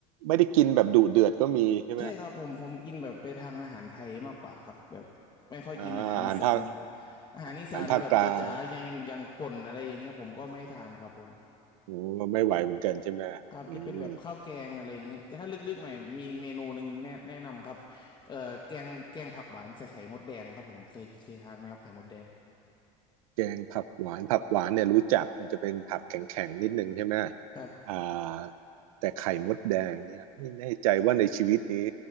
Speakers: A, on the right; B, on the left.
A: ไม่ได้กินแบบดุเดือดก็มีใช่ไหม
B: ใช่ครับผมผมกินแบบไปทางอาหารไทยมากกว่าครับแบบไม่ค่อยกินอาหารอีสาน
A: อ่าอาหารภาค
B: อาหารอีสานแบบจ๋าๆอย่างอย่างอย่างป่นอะไรอย่างเงี้ยผมก็ไม่ทานครับผม
A: อาหารภาคกลางอืมไม่ไหวเหมือนกันใช่ไหมอืม
B: ครับจะเป็นแบบข้าวแกงอะไรอย่างเงี้ยแต่ถ้าลึกๆหน่อยมีเมนูหนึ่งแนะแนะนำครับเอ่อแกงแกงผักหวานใส่ไข่มดแดงครับผมเคยเคยทานไหมครับไข่มดแดง
A: แกงผักหวานผักหวานเนี่ยรู้จักมันจะเป็นผักแข็งๆนิดนึงใช่ไหม
B: ครับ
A: อ่าแต่ไข่มดแดงเนี่ยไม่แน่ใจว่าในชีวิตนี้